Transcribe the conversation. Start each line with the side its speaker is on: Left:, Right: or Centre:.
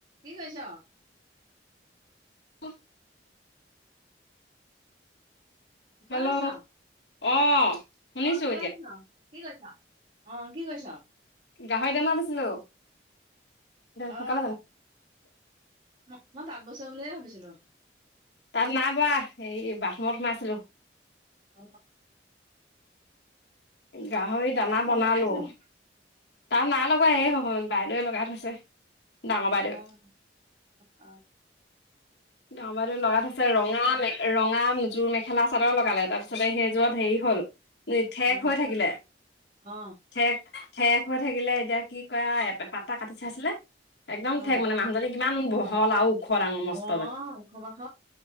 Right: কি কৰিছ?
Left: <inaudible>
Right: ক'ত
Left: হেল্ল'
Right: আছ
Left: অ শুনিছো
Right: অ, ক'ত
Left: এতিয়া
Right: আছ? কি কৰিছ অ, কি কৰিছো?
Left: গাহৰি দানা দিছিলো।
Right: অ,
Left: শুকালে জানো
Right: ম মই তাত বুইছো বুলিহে ভাবিছিলো।
Left: তাত নাই বোৱা এই বাথৰুমত সোমাইছিলো।
Right: অ-অ।
Left: গাহৰি দানা
Right: চাত
Left: বনালো।
Right: লগাইছ নি?
Left: তাত নাই লগোৱা এই স বাইদেৱে লগাই থৈছে। ডাঙৰ বাইদেৱে
Right: অ-অ।
Left: ডাঙৰ বাইদেৱে লগাই আছে ৰঙাল ৰঙাযোৰ মেখেলা চাদৰ লগালে তাৰপিছতে সেইযোৰত হেৰি হল। ঠেক
Right: অ
Left: হৈ থাকিলে,
Right: অ
Left: ঠেক। ঠেক হৈ থাকিলে, এতিয়া কি কয় পাতা কাটি চাইছিলে, একদম
Right: অ
Left: ঠেক মানে মানুহজনী কিমান। বহল আৰু ওখ ডাঙৰ মস্ত।
Right: অ, ওখ পাখ।